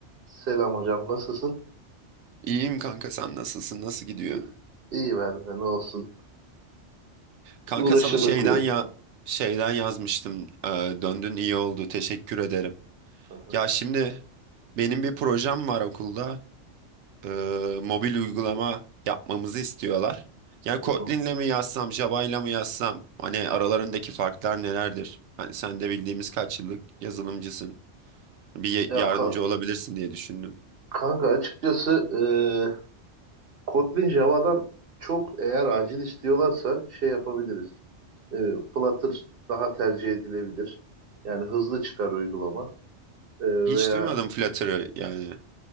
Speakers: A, on the right (about 55°); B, on the right (about 75°).
A: Selam hocam, nasılsın?
B: İyiyim kanka sen nasılsın? Nasıl gidiyor?
A: İyi, iyi ben de, ne olsun.
B: Kanka
A: Uğraşıyorduk
B: sana şeyden
A: uyuyorduk.
B: ya şeyden yazmıştım. Ee, döndün iyi oldu. Teşekkür ederim.
A: Hı hı,
B: Ya şimdi benim bir projem var okulda. Ee, mobil uygulama yapmamızı istiyorlar. Ya Kotlin'le
A: hı hı.
B: mi yazsam, Java'yla mı yazsam? Hani aralarındaki farklar nelerdir? Hani sen de bildiğimiz kaç yıllık yazılımcısın. Bir ye-
A: Ya
B: yardımcı
A: kan-
B: olabilirsin diye düşündüm.
A: kanka açıkçası e, Kotlin Java'dan çok eğer acil istiyorlarsa şey yapabiliriz. E, Flutter daha tercih edilebilir. Yani hızlı çıkar uygulama. E, veya
B: Hiç duymadım Flutter'ı yani.